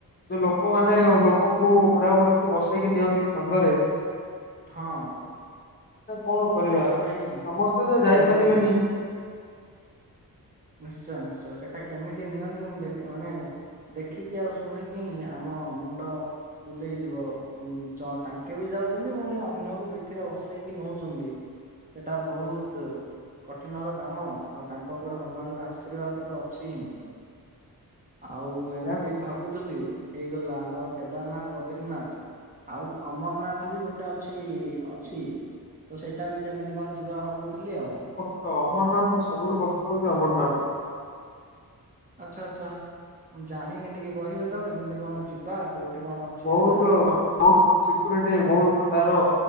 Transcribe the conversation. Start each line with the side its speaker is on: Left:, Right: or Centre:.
Left: ଯୋଉ ଲୋକମାନେ ଲୋକଙ୍କୁ ବୁଢ଼ା ବୁଢ଼ୀଙ୍କୁ ବସେଇକି ନିଅନ୍ତି କାନ୍ଧରେ।
Right: ହଁ।
Left: କଣ କରିବା
Right: ସେଇଟା
Left: ସମସ୍ତେ
Right: ଭାଇ
Left: ତ ଯାଇପାରିବେନି।
Right: କେମିତି ନିଶ୍ଚୟ ନିଶ୍ଚୟ ସେଇଟା କେମିତି ନିଅନ୍ତିୁ ମୁଁ ଦେଖେ ମାନେ ଦେଖିକି ଆଉ ଶୁଣିକି ହିଁ ଆମ ମୁଣ୍ଡ ବୁଲେଇଯିବ ଜଣ ତାଙ୍କେ ବି ଯାଉଛନ୍ତି ପୁଣି ଅନ୍ୟକୁ ପିଠିରେ ବସେଇକି ନଉଛନ୍ତି। ସେଟା ବହୁତ କଠିନର କାମ ଆଉ ତାଙ୍କ ଉପରେ ଭଗବାନଙ୍କ ଆଶୀର୍ବାଦ ତ ଅଛି ହିଁ ଆଉ ଏମିତି
Left: ଏହାକୁ
Right: ଭାବୁଥିଲି। ହେଇଗଲା ଆମର କେଦାରନାଥ ବଦ୍ରିନାଥ ଆଉ ଅମରନାଥ ବି ଗୋଟେ ଅଛି ଅଛି ତ ସେଇଟା ବି କେମିତି କଣ ଯିବା ଭାବୁଥିଲି ଆଉ।
Left: ତ ଅମରନାଥ ସବୁଠୁ କଷ୍ଟ ହଉଛି ଅମରନାଥ।
Right: ଆଚ୍ଛା ଆଚ୍ଛା ମୁଁ ଜାଣିନି ଟିକେ କହିବେ ତ କେମିତି କଣ ଯିବା? କୋଉଠି କଣ? ଅଛି
Left: ବହୁତ
Right: ସେଟା?
Left: ବହୁତ ସେକ୍ୟୁରିଟୀ ବହୁତ ତାର